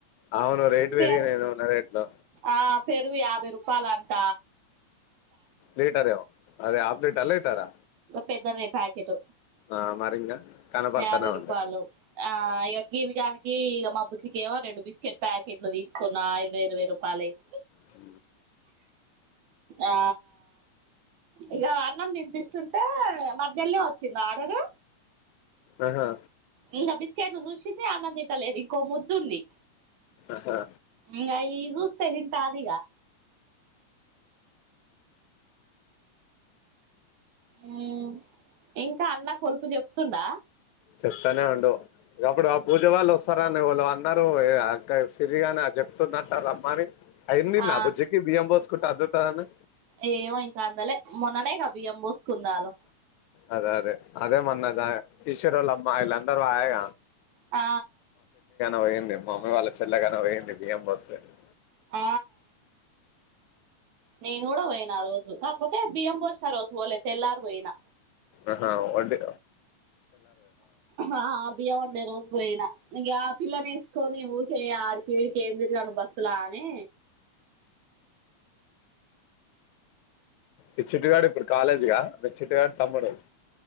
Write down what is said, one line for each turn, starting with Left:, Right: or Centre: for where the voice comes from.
Left: అవును రేటు
Right: పెరుగు
Left: పెరిగినయి నూనె రేట్లు
Right: ఆ పెరుగు యాభై రూపాయలు అంట
Left: లీటర్ అదే హాఫ్ లీటర్ లీటరా
Right: పెద్దదే ప్యాకెట్
Left: ఆ మరి ఇంగ కనపడుతానే
Right: యాభై రూపాయలు
Left: ఉంటాయ్
Right: ఆ ఇక గీవిగానికి ఇక మా బుజ్జికి ఏమో రెండు బిస్కెట్ ప్యాకెట్లు తీసుకున్న ఇరవై ఇరవై రూపాయలు <inaudible>
Left: హ
Right: ఆ ఇక అన్నం తినిపిస్తా చూస్తుంటే మధ్యల్లో వచ్చిందా ఆడరు
Left: ఆహా
Right: ఇంకా బిస్కెట్లు చూసింది అన్నం తింటలేదు ఇంకో ముద్దుంది
Left: ఆహా
Right: ఇంగ అయి చూస్త తింటాదీగా హ్మ్మ్ ఇంకా అన్న కొలుపు చెప్తుండా
Left: చెప్తానే ఉండు ఇకప్పుడు ఆ పూజ వాళ్ళు వస్తారాని వాళ్ళు అన్నారు అక్క సిరిగానే చెప్తున్నట్ట రమ్మని అయ్యింది
Right: ఆ
Left: నా బుజ్జికి బియ్యం పోసుకుంటే అద్దుతానని
Right: ఏమో ఇంకా అందలే మొన్ననే క బియ్యం పోసుకుందాలు
Left: అదే అదే అదే మన్నదా కిషోర్ వాళ్ళ అమ్మ ఇలా అందరు ఆగ
Right: ఆ
Left: పోయింది మా మమ్మీ వాళ్ళ చెల్లగానే పోయింది బియ్యం బస్తంది
Right: ఆ నేను కూడా పోయినా రోజు కాకపోతే బియ్యం పోసిన రోజు పోలే తెల్లారు పోయిన
Left: ఆహా అంటే
Right: ఆ బియ్యం అమ్మేరోజు పోయినా ఇంగ ఆ పిల్లని వేసుకొని ఊరికే ఆడికిడికి ఎందుకులే బస్సులా అనే
Left: ఈ చిట్టుగాడు ఇప్పుడు కాలేజీ గా అ చిట్టుగాడు తమ్ముడు